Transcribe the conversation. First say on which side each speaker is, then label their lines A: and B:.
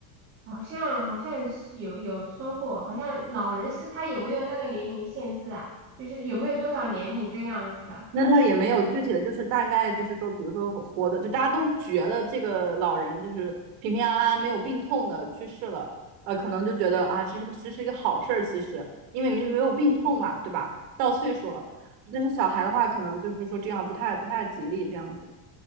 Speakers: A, on the right (about 25°); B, on the right (about 50°).
A: 好像好像是有有说过，好像老人是他有没有那个年龄限制啊？就是有没有多少年龄这个样子的？
B: 那倒也没有具体的，就是大概就是说，比如说活的，就大家都觉得这个老人就是平平安安、没有病痛的去世了，呃，可能就觉得啊，这是个这是一个好事儿，其实因为没没有病痛嘛，对吧？到岁数了，但是小孩的话，可能就是说这样不太不太吉利这样子。